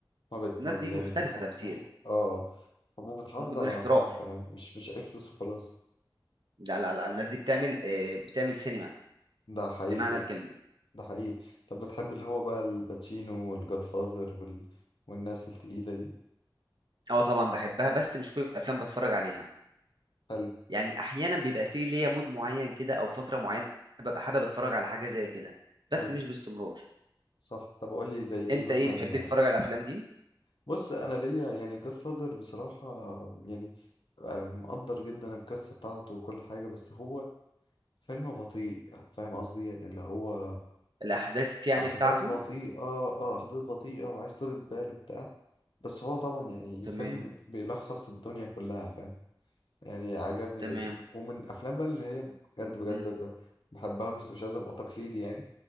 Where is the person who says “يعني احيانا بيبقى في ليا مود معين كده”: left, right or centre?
Right